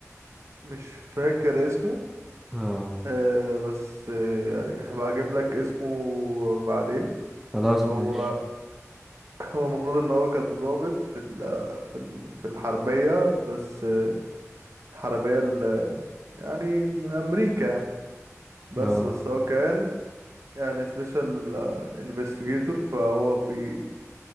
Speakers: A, on the right; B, in the centre.
A: مش فاكر اسمه
B: اه
A: آه، بس آه، يعني هبقى اجيب لك اسمه بعدين
B: خلاص
A: هو
B: ماشي
A: <laughs> هو المفروض ان هو كان ضابط في ال في ال في الحربية بس آه، الحربية ال- يعني امريكا يعني بس
B: اه
A: بس هو كان يعني سبيشال انفستيجيتور فهو بي